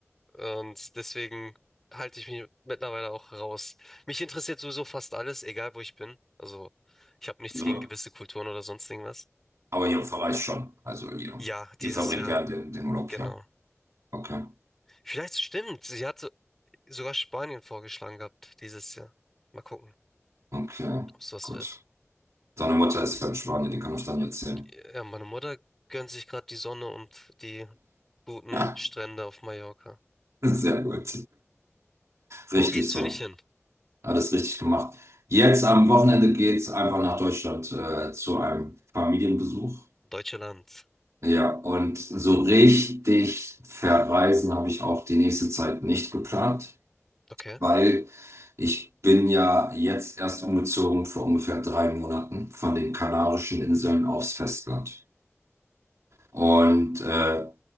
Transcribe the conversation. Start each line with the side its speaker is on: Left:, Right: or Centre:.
Centre: Und deswegen halte ich mich mittlerweile auch raus. Mich interessiert sowieso fast alles, egal wo ich bin. Also ich habe nichts
Right: So,
Centre: gegen gewisse Kulturen oder sonst irgendwas.
Right: aber ihr verreist schon. Also ihr,
Centre: Ja, dieses
Right: ihr verbringt
Centre: Jahr,
Right: gern den, den Urlaub,
Centre: genau.
Right: ja. Okay,
Centre: Vielleicht stimmt. Sie hat so- sogar Spanien vorgeschlagen gehabt dieses Jahr. Mal gucken,
Right: okay,
Centre: ob es was
Right: gut.
Centre: wird.
Right: Deine Mutter ist ja in Spanien, die kann ich dann jetzt sehen.
Centre: Ja, meine Mutter gönnt sich gerade die Sonne und die guten
Right: Ja,
Centre: Strände auf Mallorca.
Right: <laughs> sehr gut. Richtig
Centre: Wo geht's für
Right: so.
Centre: dich hin?
Right: Alles richtig gemacht. Jetzt am Wochenende geht's einfach nach Deutschland äh, zu einem Familienbesuch.
Centre: Deutsche Land.
Right: Ja, und so richtig verreisen habe ich auch die nächste Zeit nicht geplant,
Centre: Okay.
Right: weil ich bin ja jetzt erst umgezogen vor ungefähr drei Monaten von den Kanarischen Inseln aufs Festland. Und äh,